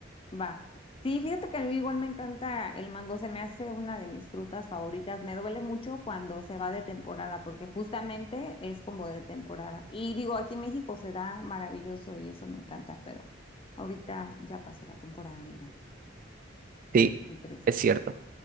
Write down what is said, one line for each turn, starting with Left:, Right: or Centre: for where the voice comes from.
Left: Va. Sí, fíjate que a mí igual me encanta el mango, se me hace una de mis frutas favoritas. Me duele mucho cuando se va de temporada, porque justamente es como de temporada. Y digo, aquí en México se da maravilloso y eso me encanta, pero ahorita ya pasó la temporada, amigo.
Right: Sí,
Left: Es muy triste.
Right: es cierto.